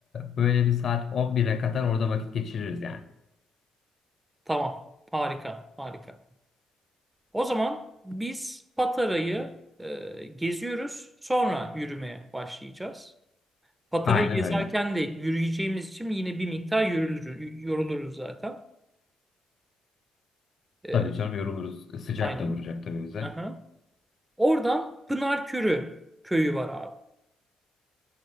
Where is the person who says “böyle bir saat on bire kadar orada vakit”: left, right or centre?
Left